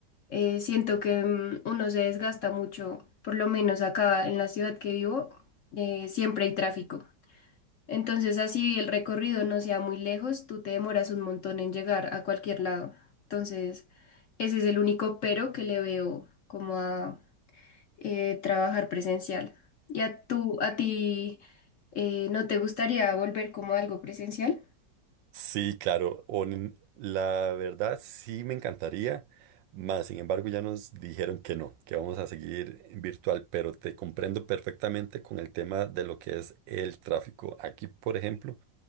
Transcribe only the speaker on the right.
Sí, claro. hon- la verdad sí me encantaría, mas sin embargo ya nos dijeron que no, que vamos a seguir en virtual, pero te comprendo perfectamente con el tema de lo que es el tráfico. Aquí, por ejemplo,